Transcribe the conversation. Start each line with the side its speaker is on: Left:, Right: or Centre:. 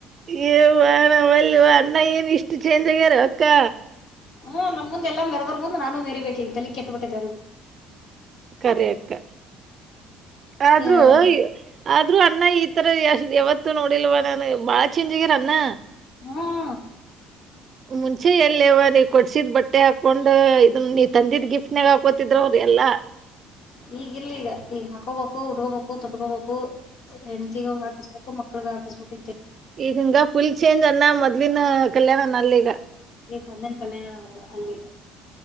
Right: ಏ ಎವ್ವಾ ನಾ ಒಲ್ಲವ ಅನ್ನ ಏನು ಇಷ್ಟ ಚೇಂಜ್ ಆಗ್ಯಾರವ ಅಕ್ಕ
Left: ಹ್ಮಞ ನಮ ಮುಂದೆ ಎಲ್ಲಾ ಮೆರೆದರ್ ಮುಂದೆ ನಾನೂ ಮೆರಿ ಬಬೇಕು ಈಗ ತಲ್ಲಿ ಕೆಟ್ಟಬಿಟ್ಟಿದರು
Right: ಕರಿ ಅಕ್ಕ ಆದ್ರೂ
Left: ಯಾರ್
Right: ಆದ್ರೂ ಅಣ್ಣ ಈ ತರ ಎಷ್ಟ ಯಾವತ್ತು ನೋಡಿಲ್ವ ನನ್ ಬಾಳ ಚೇಂ್ ಆಗ್ಯರ ಅನ್ನ
Left: ಹ್ಮ್
Right: ಮುಂಚೆ ಎಲ್ಲ ಇವ ನೀ ಕೊಡ್ಸಿದ್ ಬಟ್ಟೆ ಹಾಕೊಂಡ್ ಇದನ್ ನೀ ತಂದಿದ್ ಗಿಫ್ಟ್ ನಾಗ ಹಾಕೋತಿದ್ರ ಅವ್ರೀ ಎಲ್ಲ
Left: ಈಗ ಇಲ್ಲ ಈಗ ಈಗ ಹಾಕೋಬೇಕು ಉಡ್ಕೋಬೇಕು ತೊಟ್ಕೋಬೇಕು ಎಂಡಿಗ ಹಾಕಸ್ಬೇಕು ಮಕ್ಳಗ ಹಕಸ್ಬೇಕು
Right: ಈಗಿಂಗ ಫುಲ್ ಚೇಂಜ್ ಅನ್ನ ಮೊದ್ಿನ ಕಲ್ಯಾಣ ಅನ್ನ ಅಲ್ಲಿ ಈಗ
Left: ಈಂದಿನ ಕಲ್ಯಾಣ ಅಲ್ಲಿ